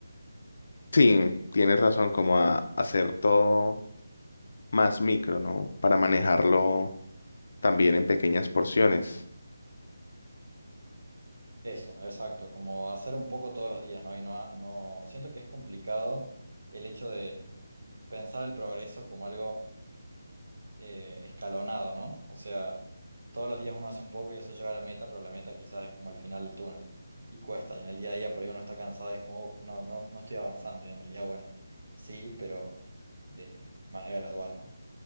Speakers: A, on the left; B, on the right.
A: Sí, tienes razón, como a hacer todo más micro, ¿no? Para manejarlo también en pequeñas porciones.
B: Eso, exacto, como hacer un poco todos los días, ¿no? Y no, no, siento que es complicado el hecho de pensar el progreso como algo eh, escalonado, ¿no? O sea, todos los días uno hace un poco y eso lleva a la meta, pero la meta quizás es como el final del túnel y cuesta. Y en el día a día por ahí uno está cansado y es como, uff, no, no, no estoy avanzando. Y en realidad, bueno, sí, pero de manera gradual, ¿no?